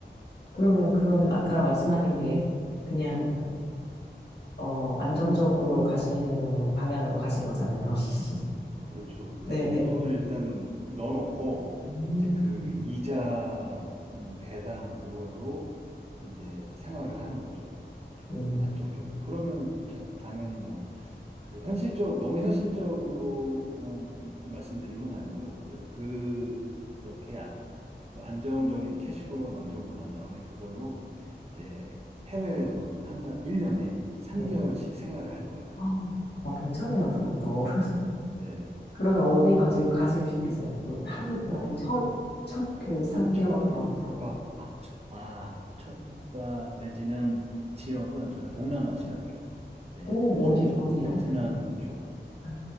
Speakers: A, on the left; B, on the right.
A: 그러면 그러면
B: 음.
A: 아까 말씀하신 게 그냥 어 안정적으로 가시는 방향으로 가신 거잖아요. <laughs>
B: 그렇죠. 일단
A: 네,
B: 목돈을
A: 네.
B: 일단 넣어놓고
A: 음,
B: 이제 그 이자 뭐 또는 배당 그걸로 이제 생활을 하는 거죠. 좀
A: 음,
B: 안정적으로. 그러면 자- 당연히 뭐 그 현실적 너무 현실적으로만 말씀드린 건 아니고 그 그 이렇게 아- 그 안정적인 캐시플로우를 만들고 난 다음에 그걸로 이제 해외에서 한 달, 1년에 3개월씩
A: 네.
B: 생활을 할 거예요.
A: 아, 어, 괜찮네요, 그것도. <laughs>
B: 네.
A: 그러면 어디 가지, 가시고 싶으세요? 그 한,
B: 어,
A: 만약 첫, 첫 그 3개월은
B: 첫
A: 어디
B: 국가,
A: 가?
B: 아, 첫 아, 국가 내지는 지역은 저는 동남아시아 쪽, 예,
A: 오,
B: 그 중에서도
A: 어디, 어디야?
B: 베트남 쪽,
A: 아,